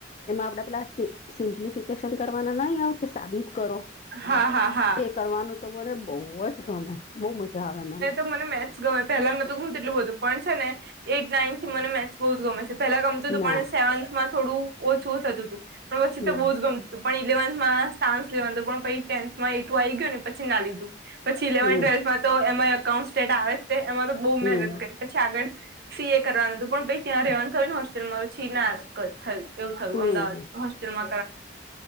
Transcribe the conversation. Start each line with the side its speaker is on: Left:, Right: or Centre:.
Left: એમાં આપડે પેલા સિમ્પ્લિફિકેશન કરવાના, નહીં આવે કે સાબિત કરો.
Right: હા, હા, હા.
Left: એ કરવાનું તો મને બહુ જ ગમે, બહુ મજા આવે મને.
Right: મને મેથ્સ. ગમે પહેલાને તો ગ તેટલું પણ છે ને, એઈટ નાઇનથ થી મને મેથ્સ બહુ જ ગમે છે. પેલા ગમતું હતું,
Left: ના
Right: પણ સેવન્થમાં થોડું ઓછું થતું હતું, પણ પછી તો
Left: ના
Right: બહુ જ ગમતું. પણ ઇલેવન્થમાં સાયન્સ લેવાનું, પણ પછી ટેન્થમાં એ ટું આ આવી ગયો ને, પછી ના લીધું. પછી ઇલેવન
Left: હમ
Right: ટ્વેલ્થમાં તો એમાં એકઉન્ટ-સ્ટેટ આવે છે, એમાં તો બઉુ
Left: હમ
Right: મહેનત કરી. પછી આગળ સી. એ. કરવાનું હતું, પણ પ ત્યાં રહેવાનું થયું ને હોસ્ટેલમાં, પછી ના થયું. એવું થયું
Left: હમ
Right: અમદાવાદ પછી મજા